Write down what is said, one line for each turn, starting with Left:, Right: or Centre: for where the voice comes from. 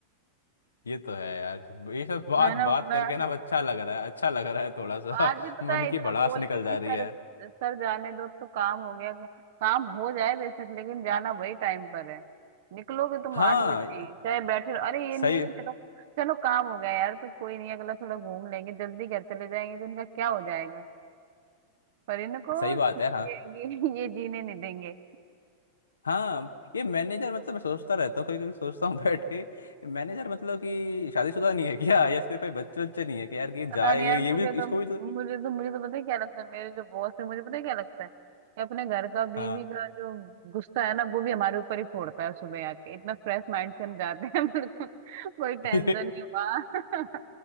Left: ये तो है यार ये सब बात
Right: है ना
Left: बात
Right: बोला
Left: करके ना अब अच्छा लग रहा है अच्छा लग रहा है थोड़ा सा
Right: आज भी पता
Left: <laughs> मन
Right: है इतना
Left: की भड़ास
Right: बोल
Left: निकल
Right: के कि
Left: जा
Right: सर
Left: रही है
Right: सर जाने दो अब तो काम हो गया काम हो जाए बेशक लेकिन जाना वही टाइम पर है निकलोगे तुम
Left: हाँ
Right: आठ बजे ही चाहे बैठे रहो अरे ये नहीं
Left: सही
Right: है कि चलो चलो काम हो गया यार तो कोई नहीं अगला थोड़ा घूम लेंगे जल्दी घर चले जाएंगे तो इनका क्या हो जाएगा पर इनको
Left: सही बात है हाँ
Right: ये ये ये जीने नहीं देंगे
Left: हाँ ये मैनेजर मतलब मैं सोचता रहता हूँ कभी कभी सोचता हूँ बैठ के मैनेजर मतलब कि शादीशुदा नहीं है क्या या इसके कोई बच्चे बच्चे नहीं है कि यार कि जाए
Right: पता नहीं
Left: ये
Right: यार मुझे
Left: ये भी
Right: तो
Left: इसको भी तो
Right: मुझे तो मुझे तो पता है क्या लगता है मेरे जो बॉस है मुझे पता है क्या लगता है कि अपने घर का बीवी
Left: हाँ
Right: का जो गुस्सा है ना वो भी हमारे ऊपर ही फोड़ता है सुबह आके इतना फ्रेश माइंड से हम जाते हैं <laughs> बिल्कुल कोई
Left: <laughs>
Right: टेंशन नहीं हुआ